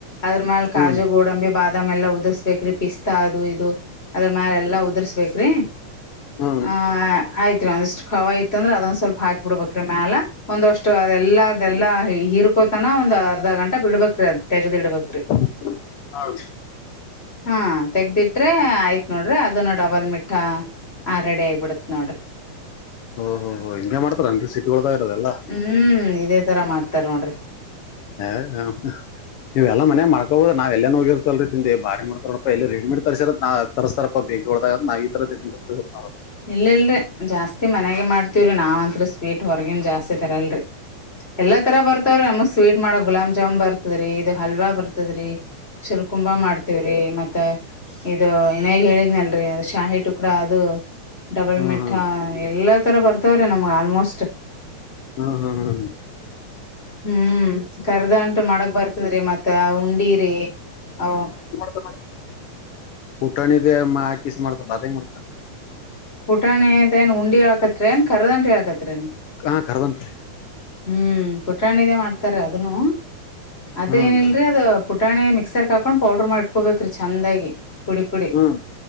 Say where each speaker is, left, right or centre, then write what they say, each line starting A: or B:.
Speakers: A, on the left (about 20°); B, on the left (about 75°).
A: ಅದ್ರ ಮ್ಯಾಲ ಕಾಜು
B: ಹ್ಮ್
A: ಗೋಡಂಬಿ ಬಾದ. ಅದ ಮೆಲ್ಲ ಉದ್ರಿಸ್ಬೇಕ್ರಿ ಪಿಸ್ತಾ ಅದು ಇದು. ದು ಅದ್ರ ಮ್ಯಾಲ ಎಲ್ಲಾ ಉದ್ರಿಸ್ಬೇಕ್ರಿ
B: ಹ್ಮ್
A: ಆ ಆ. ಆಯ್ತ್ರಿ ಒಂದಿಷ್ಟ ಖವ ಇತಾಂದ್ರೆ ಅದೊಂದು ಸ್ವಲ್ಪ ಹಾಕಿ ಬಿಡ್ಬೇಕ್ರಿ ಮ್ಯಾಲ ಒಂದ್ಅಷ್ಟು ಅದೆಲ್ಲ. ಅದೆಲ್ಲಾ ಹೀರ್ಕೋತನ ಒಂದ್ ಅರ್ಧ ಘಂಟೆ ಬಿಡ್ಬೇಕ್ರಿ ತೆಗದಿಡ್ಬೇಕು.
B: ಹ-
A: ಹಾ ತೆಗದಿಟ್ರೆ ಆಯ್ತ್ ನೋಡ್ರಿ ಅದನ್ನು ಡಬಲ್ ಮಿಟ್ಟ. ಹಾ ರೆಡಿ ಆಗ್ಬೀಡುತೆ ನೋಡ್ರಿ.
B: ಓ ಓ ಇದನ್ನೇ ಮಾಡ್ತಾರೇನ್ರಿ ಸಿಟಿಒಳಗೆ ಇರೊರೇಲ್ಲ.
A: ಹ್ಮ್ ಇದೇ ತರ ಮಾಡ್ತಾರೆ ನೋಡ್ರಿ.
B: ಹ - ನೀವುವೆಲ್ಲ ಮನೆಯಾಗ ಮಾಡ್ಕೋಬೋದ ನಾವ್ ಎಲ್ಲೆನೋ ಹೋಗಿರ್ತಲ್ರಿ ತಿಂದು ಬಾರಿ ಮಾಡ್ತಾರಪ್ಪ ಎಲ್ಲಿ ರೆಡಿಮೇಡ್ ತರಿಸರೇನೊ ಅಂತ. ತರಿಸ್ತ್ತಾರಪ್ಪ ಬೇಕರಿ ಒಳದಾಗ ನಾ ನಾವ್ ಈ ತರ ತಿಂತ ನಾವು.
A: ಇಲ್ಲ ಇಲ್ರೀ ಜಾಸ್ತಿ ಮನೆಯಾಗ ಮಾಡ್ತ್ವ್ರೀ ನಾವ್ ಅಂದ್ರು. ಸ್ವೀಟ್ ಹೊರಗಿನ್ದ್ ಜಾಸ್ತಿ ತರಲ್ಲರೀ ಎಲ್ಲಾ ತರ ಬರ್ತಾವ್ರೀ ನಮಗಾ ಸ್ವೀಟ್ ಮಾಡೋ ಬರಗಿ ಗುಲಾಬ್. ಜಾಮ್ ಬರ್ತದ್ರೀ ಇದು ಹಲ್ವಾ ಬರ್ತದ್ರೀ ಚಿಲುಕುಂಬಾ ಮಾಡ್ತೇವೀ. ರೀ ಮತ್ತ ಇದು ಇನೖಲ್ ಹೇಳಿದ್ನಲ್ರೀ ಅದು ಶಾಹಿ ಟುಕುಡ ಅದು. ಡಬಲ್
B: ಹ್ಮ್
A: ಮಿಠಾ
B: ಹ್ಮ್
A: ಎಲ್ಲಾ ತರ ಬರ್ತವ್ರೀ ನಮ್ಗೆ ಆಲ್ಮೋಸ್ಟ್.
B: ಅ ಹ್ಮ್ ಹ್ಮ್-
A: ಹ್ಮ್ ಕರ್ದ ಅಂಟ್ ಮಾಡಕ್ಕಾ ಬರ್ತದ್ರೀ ಮತ್ತ ಉಂಡಿರೀ ಅವು.
B: ಹೊ ಪುಟಾಣಿದ ಮಾಕಿಸ್ ಮಾಡಬೇಕು ಅದ ಹೆಂಗ್ ಮಾಡ್ತಾರ.
A: ಪುಟಾಣಿ ಅದೇನ್ ಉಂಡಿ ಹಾಕತ್ರೇನ್ ಕರದಂಟ್ರಿ ಹಾಕ್ತಿರೇನ್ ನೀ.
B: ಹಾ ಕರದಂಟ್ರಿ ರೀ.
A: ಹ್ಮ್ ಪುಟಾಣಿದೆೇ ಮಾಡ್ತಾರ ಅದನ್ನು ಅದೇನಿಲ್ರೀ
B: ಹ್ಮ್
A: ಅದ್. ಪುಟಾಣಿ ಮಿಕ್ಸರ್ ಹಾಕೊಂಡು ಪೌಡರ್ ಮಾಡಿ ಇಟ್ಕೋಬೇಕ್ರಿ ಚಂದಾಗಿ ಪುಡಿ ಪುಡಿ
B: ಹ್ಮ್